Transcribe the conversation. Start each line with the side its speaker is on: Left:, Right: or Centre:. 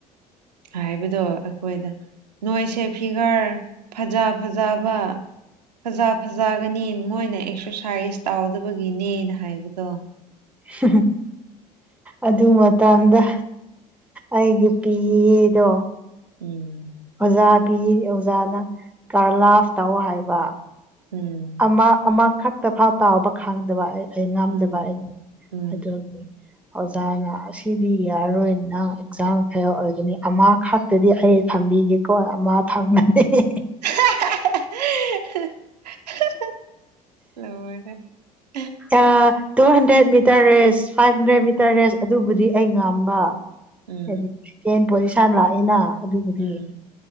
Right: ꯍꯥꯏꯕꯗꯣ ꯑꯩꯈꯣꯏꯗ ꯅꯣꯏꯁꯦ ꯐꯤꯒꯔ ꯐꯖ ꯐꯖꯕ ꯐꯖ ꯐꯖꯒꯅꯤ ꯃꯣꯏꯅ ꯑꯦꯛꯁꯔꯁꯥꯏꯁ ꯇꯧꯗꯕꯒꯤꯅꯦꯅ ꯍꯥꯏꯕꯗꯣ
Centre: ꯍꯝꯍꯝ ꯑꯗꯨ ꯃꯇꯝꯗ ꯑꯩꯒꯤ ꯄꯤꯗꯣ ꯍꯥ
Right: ꯎꯝ
Centre: ꯑꯣꯖꯥꯕꯤ ꯑꯣꯖꯥꯅ ꯀꯔꯂꯥꯐ ꯇꯧ ꯍꯥꯏꯕ
Right: ꯎꯝ
Centre: ꯑꯃ ꯑꯃꯈꯛꯇ ꯐꯥꯎ ꯇꯥꯎꯕ ꯈꯪꯗꯕ ꯑꯩ ꯑꯩ ꯉꯥꯝꯗꯕ
Right: ꯎꯝ
Centre: ꯑꯩ
Right: ꯎꯝ
Centre: ꯑꯗꯨꯒꯤ ꯑꯣꯖꯥꯅ ꯑꯁꯤꯗꯤ ꯌꯥꯔꯔꯣꯏꯅ ꯑꯦꯛꯖꯥꯝ ꯐꯦꯜ ꯑꯣꯏꯒꯅꯤ ꯑꯃ ꯈꯛꯇꯗꯤ ꯑꯩ ꯊꯝꯕꯤꯒꯦꯀꯣ ꯑꯃ ꯊꯝꯃꯅꯦ ꯍꯦꯍꯦ
Right: ꯍꯥꯍꯥꯍꯥꯍꯥꯍꯥ ꯍꯥꯍꯥ ꯂꯣꯢꯔꯦ
Centre: ꯑꯥ two hundred metre race five hundred metre race ꯑꯗꯨꯕꯨꯗꯤ ꯑꯩ ꯉꯝꯕ
Right: ꯎꯝ
Centre: ꯍꯥꯏꯗꯤ ꯇꯦꯟ ꯄꯣꯖꯤꯁꯟ ꯂꯥꯛꯑꯦꯅ ꯑꯗꯨꯕꯨꯗꯤ
Right: ꯎꯝ